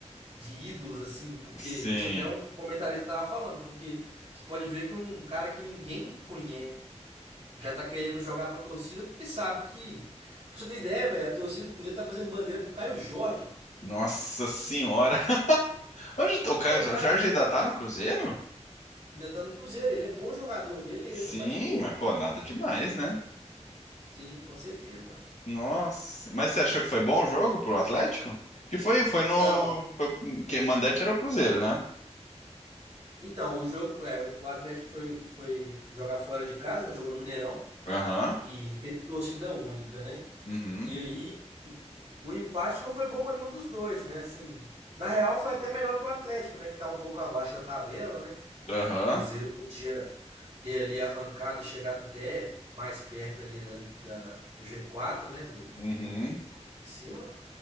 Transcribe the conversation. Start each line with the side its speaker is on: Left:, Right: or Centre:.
Right: De ídolos, assim, porque
Left: Sim.
Right: isso até um comentarista tava falando, porque você pode ver que um cara que ninguém conhece já tá querendo jogar pra torcida porque sabe que. Pra você ter ideia, velho, a torcida do Cruzeiro tá fazendo bandeira pro Caio Jorge, mano.
Left: Nossa senhora. <laughs> Onde tá- o Caio
Right: Não, o Caio
Left: Jorge
Right: Jorge
Left: ainda tá no Cruzeiro?
Right: ainda tá no Cruzeiro, ele é bom jogador, beleza,
Left: Sim,
Right: mas pô,
Left: mas pô, nada demais, né?
Right: sim, com certeza.
Left: Nossa, mas
Right: né?
Left: você achou que foi bom o jogo pro Atlético? Que foi, foi no,
Right: Não.
Left: foi, que o mandante era o Cruzeiro, né?
Right: Então, o jogo, é, o Atlético foi, foi jogar fora de casa, né? Jogou no Mineirão
Left: Aham,
Right: e teve torcida única, né?
Left: uhum,
Right: E aí o empate não foi bom pra nenhum dos dois, né? Assim, na real foi até melhor pro Atlético, né, que tá um pouco abaixo da tabela, né?
Left: aham,
Right: O Cruzeiro podia ter ali arrancado e chegado até mais perto ali, da, ali da- do g quatro né, do,
Left: uhum.
Right: do grupo de cima.